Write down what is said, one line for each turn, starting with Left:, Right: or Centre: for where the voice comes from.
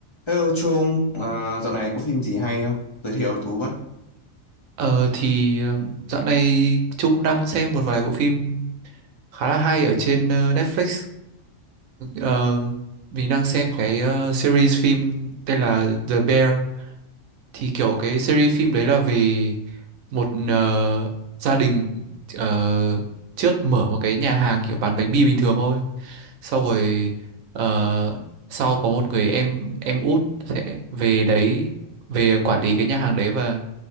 Left: Hello Trung, à, dạo này có phim gì hay không? Giới thiệu Tú với.
Right: Ờ thì ờ, dạo này Trung đang xem một vài bộ phim khá là hay ở trên ờ, Netflix. Ờ, mình đang xem cái ờ, series phim tên là The Bear. Thì kiểu cái series phim đấy là về một ờ, gia đình ờ, trước mở một cái nhà hàng kiểu bán bánh mì bình thường thôi. Sau rồi ờ, sau có một người em em út sẽ về đấy về quản lý cái nhà hàng đấy và